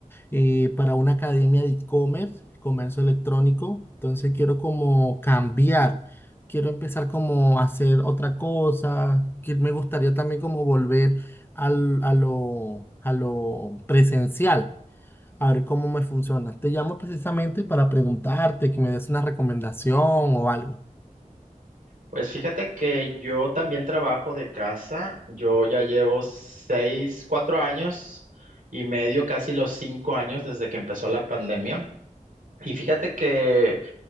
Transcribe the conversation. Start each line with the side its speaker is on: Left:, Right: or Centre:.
Left: eh, para una academia de e-commerce, comercio electrónico. Entonces quiero como cambiar, quiero empezar como a hacer otra cosa, que me gustaría también como volver al, a lo, a lo presencial, a ver cómo me funciona. Te llamo precisamente para preguntarte, que me des una recomendación o algo.
Right: Pues fíjate que yo también trabajo de casa. Yo ya llevo seis, cuatro años y medio, casi los cinco años desde que empezó la pandemia. Y fíjate que,